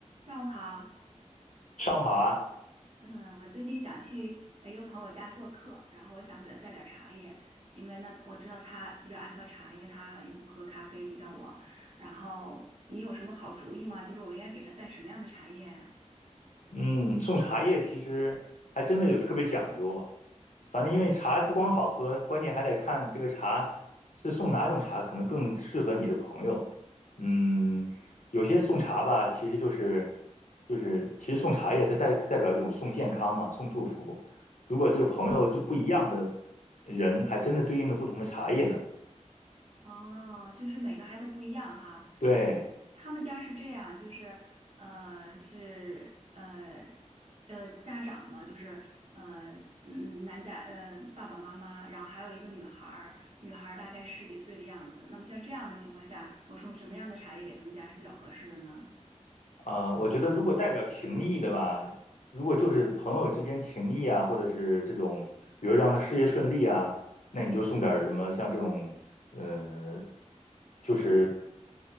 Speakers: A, on the right; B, on the left.
A: 上午好，
B: 上午好啊，
A: 嗯，我最近想去呃一个朋友家做客，然后我想给他带点儿茶叶，因为呢，我知道他比较爱喝茶，因为他好像不喝咖啡，不像我。然后你有什么好主意吗？就是我应该给他带什么样的茶叶啊？
B: 嗯，送茶叶其实还真的有特别讲究啊。反正因为茶不光好喝，关键还得看这个茶是送哪种茶，可能更适合你的朋友。嗯，有些送茶吧，其实就是就是其实送茶叶，它代代表这种送健康嘛，送祝福。如果这个朋友就不一样的人，还真的对应了不同的茶叶呢。
A: 哦，就是每个还都不一样哈。
B: 对。
A: 他们家是这样，就是呃是呃呃家长嘛，就是呃嗯男家呃爸爸妈妈，然后还有一个女孩儿，女孩儿大概十几岁的样子。那么像这样的情况下，我送什么样的茶叶给他们家是比较合适的呢？
B: 啊、我觉得如果代表情谊的吧，如果就是朋友之间情谊啊，或者是这种，比如让他事业顺利啊，那你就送点儿什么像这种，呃，就是